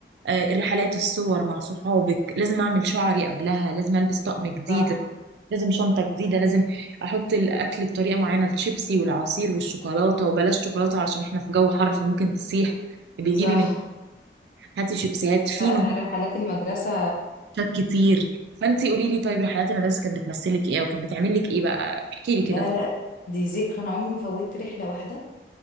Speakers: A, on the right; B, on the left.
A: آه الرحلات الصور مع صحابك لازم اعمل شعري قبلها لازم البس طقم جديد
B: صح
A: لازم شنطه جديده لازم احط الاكل بطريقه معينه الشيبسي والعصير والشوكولاته وبلاش شوكولاته عشان احنا في جو حر فممكن تسيح بيجيبي
B: صح
A: هاتي شيبسيهات في
B: لا انا رحلات المدرسه
A: نوتات كتير فانت قولي لي طيب رحلات المدرسه كانت بتمثلك ايه وكانت بتعمل لك ايه بقى احكي لي
B: لا
A: كده طب
B: لا دي ذكرى انا عمري ما فوتت رحله واحده